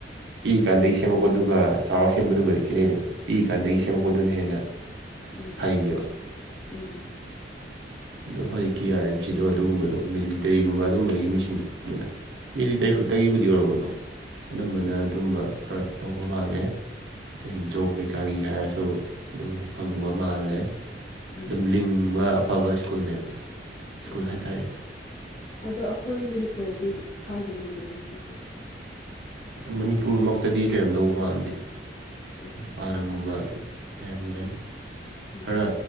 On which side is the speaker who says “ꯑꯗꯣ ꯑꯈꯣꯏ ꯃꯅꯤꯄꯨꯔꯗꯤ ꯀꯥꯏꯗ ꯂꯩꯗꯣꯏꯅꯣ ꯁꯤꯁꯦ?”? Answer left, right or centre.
Left